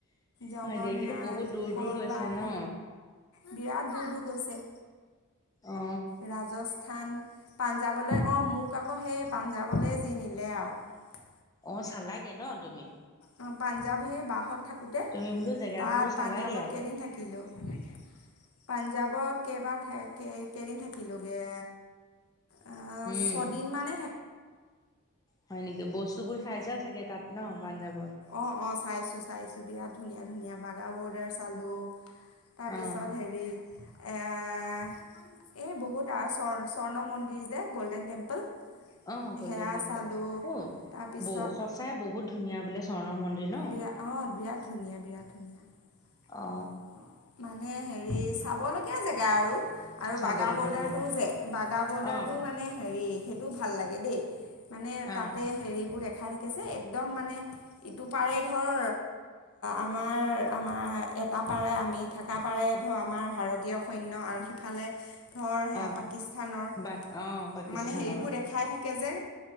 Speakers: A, on the left (about 75°); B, on the left (about 15°).
A: জগন্নাথ
B: হয় দে হিটো বহুত দূৰ
A: কৰবা
B: দূৰ গৈছে ন।
A: ক বিৰাট দূৰ দূৰ গৈছে।
B: অ
A: ৰাজস্থান পান- যাবলৈ অ মোক আকৌ সেই পাঞ্জাৱলৈ যি নিলে আঅ
B: অ চালাগে ন তুমি।
A: অ পাঞ্জাৱ হে বাহত থাকোঁতে
B: তুমি বোলো জেগাবোৰ
A: তাত
B: চালাগে
A: পাঞ্জাৱত
B: আৰু
A: কেইদিন থাকিলোঁ পাঞ্জাৱত কেইবাৰ ঠাই কেইদিন থাকিলোগে ছদিন
B: উম
A: মানে
B: হয় নেকি বস্তুবোৰ চাইছা চাগে তাত? ন পাঞ্জাব
A: অ অ চাইছো চাইছো বিৰাট ধুনীয়া ধুনীয়া বাগা বৰ্ডাৰ চালো। তাৰপিছত
B: অ
A: হেৰি এ আ এই বহুত আৰ স্বৰ্ণ মন্দিৰ যে গল্ডেন টেম্পল
B: অ গল্ডেন
A: সেয়া
B: টেম্পুল
A: চালোঁ
B: টো
A: তাৰপিছত
B: সঁচাই বহুত ধুনীয়া বোলে স্বৰ্ণ মন্দিৰ ন
A: বিৰা অ বিৰাট ধুনীয়া বিৰাট ধুনীয়া
B: অ
A: মানে হে হেৰি চাবলগীয়া জেগা আৰু আৰু
B: চাবলগীয়া
A: বাগা বৰ্ডাৰটোও
B: জেগা
A: যে বাগা বৰ্ডাৰটো
B: অ
A: মানে হেৰি সেইটো ভাল লাগে দেই। মানে তাতে
B: অ
A: হেৰিবোৰ দে দেখাই থাকে যে একদম মানে ইটো পাৰে ধৰ আমাৰ আমাৰ এট এটা পাৰে আমি থাকা পাৰে ধৰ আমাৰ ভাৰতীয় সৈন্য আৰু সিফালে ধৰ সেয়া
B: অ
A: পাকিস্তানৰ
B: বা অ পাকিস্তানৰ
A: মানে হেৰিবোৰ দেখাই থাকে যে